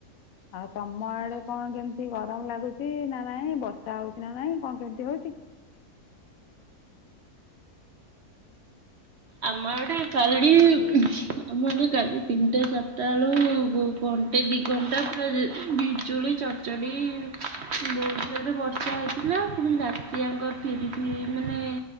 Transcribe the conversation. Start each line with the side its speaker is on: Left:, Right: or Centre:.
Left: ଆଉ ତମ ଆଡ଼େ କଣ କେମିତି ଗରମ ଲାଗୁଚି ନା ନାଇଁ ବର୍ଷା ହଉଛି ନା ନାଇଁ କଣ କେମିତି ହଉଚି? ହ <inaudible>
Right: ଆମ ଆଡ଼େ କାଲି ଆମ ଆଡ଼େ କାଲି ତିନିଟା ଚାରିଟା ବେଳୁ କଣ ସେ ଦି ଘଣ୍ଟା ପୁରା ବିଜୁଳି ଚଡ଼ଚଡି଼ ବହୁତ୍ ଜୋରରେ ବର୍ଷା ହେଇଥିଲା ପୁଣି ରାତିଆଙ୍କ ଫିରି ଫିରି ମାନେ